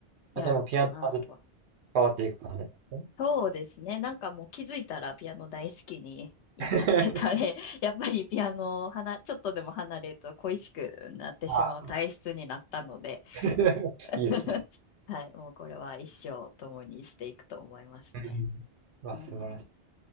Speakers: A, on the left (about 85°); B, on the right (about 80°).
A: やろうかなとは。
B: あ、じゃあもうピアノはずっと変わっていく感じなんです
A: そうですね。なんかもう気づいたらピアノ大好きにいやなってたね。
B: ね。
A: <laughs> やっぱりピアノをはな、ちょっとでも離れると恋しくなってしまう体質になったので、
B: <laughs> あ <laughs>
A: <laughs>
B: いいですね。
A: はい、もうこれは一生共にしていくと思いますね。
B: うん。うわ、
A: うん。
B: 素晴らしい。